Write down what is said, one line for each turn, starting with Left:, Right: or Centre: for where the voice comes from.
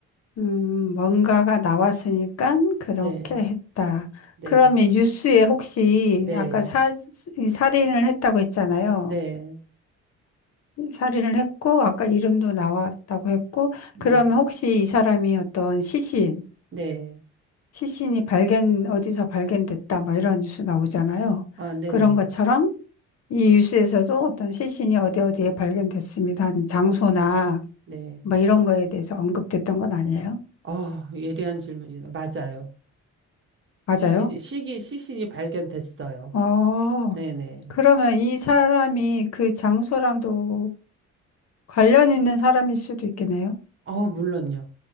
Left: 음, 뭔가가 나왔으니까 그렇게
Right: 네.
Left: 했다.
Right: 네.
Left: 그러면 뉴스에 혹시
Right: 네.
Left: 아까 사, 이 살인을 했다고 했잖아요.
Right: 네.
Left: 살인을 했고, 아까 이름도 나왔다고 했고,
Right: 네.
Left: 그러면 혹시 이 사람이 어떤 시신,
Right: 네.
Left: 시신이 발견, 어디서 발견됐다, 뭐 이런 뉴스 나오잖아요.
Right: 아, 네네.
Left: 그런 것처럼 이 뉴스에서도 어떤 시신이 어디 어디에 발견됐습니다 하는 장소나
Right: 네.
Left: 뭐 이런 거에 대해서 언급됐던 건 아니에요?
Right: 아, 예리한 질문이다. 맞아요.
Left: 맞아요?
Right: 시신이, 시기, 시신이 발견됐어요.
Left: 어,
Right: 네네.
Left: 그러면 이 사람이 그 장소랑도 관련 있는 사람일 수도 있겠네요?
Right: 어, 물론요.